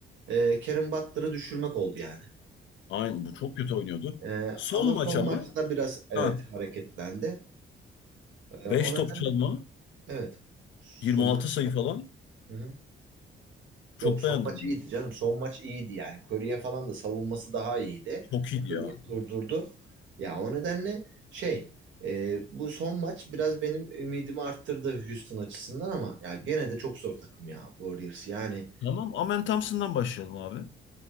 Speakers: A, on the right; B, on the left.
A: e, Kevin Butler'ı düşürmek oldu yani.
B: Aynen bu çok kötü oynuyordu.
A: E,
B: Son
A: ama
B: maç
A: son
B: ama
A: maçta biraz evet
B: ha
A: hareketlendi. E,
B: 5
A: o nedenle
B: top çalma,
A: evet. Son
B: yirmi altı
A: maç
B: sayı falan
A: Hı hı.
B: çok
A: Yok son
B: beğendim
A: maç iyiydi
B: ben.
A: canım. Son maç iyiydi yani. Curry'e falan da savunması daha iyiydi.
B: Çok iyiydi ya.
A: Curry'i durdurdu. Ya o nedenle şey e, bu son maç biraz benim ümidimi arttırdı Houston açısından ama ya gene de çok zor takım ya Warriors yani.
B: Tamam, Amen Thompson'dan başlayalım abi.